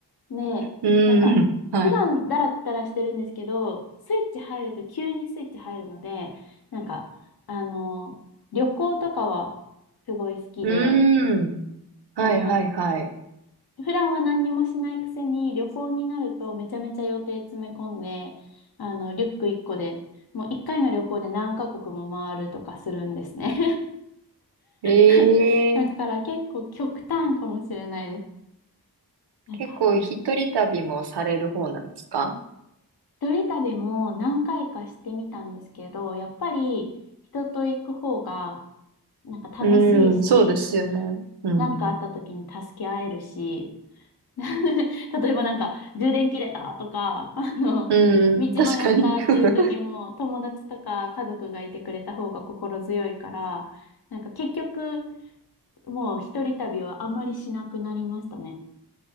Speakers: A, on the left (about 65°); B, on the right (about 75°).
A: ねえ、
B: うん。
A: なんか、
B: はい。
A: 普段だらったらしてるんですけど、スイッチ入ると急にスイッチ入るので、なんか、あの、旅行とかはすごい好きで、
B: うん。はいはいはい。
A: その、普段は何にもしないくせに、旅行になるとめちゃめちゃ予定詰め込んで、あの、リュック1個で、もう1回の旅行で何カ国も回るとかするんですね。
B: ええ
A: <laughs> だから結構極端かもしれないです。なんか、
B: 結構一人旅もされる方なんですか
A: 一人旅も何回かしてみたんですけど、やっぱり人と行く方がなんか楽しいし、
B: うん、そうですよね。うん。
A: 何かあった時に助け合えるし、<laughs> 例えばなんか、充電切れたとか、あの、
B: うん、
A: 道迷ったっていう時も、
B: 確かに。<laughs>
A: 友達とか家族がいてくれた方が心強いから、なんか結局、もう一人旅はあんまりしなくなりましたね。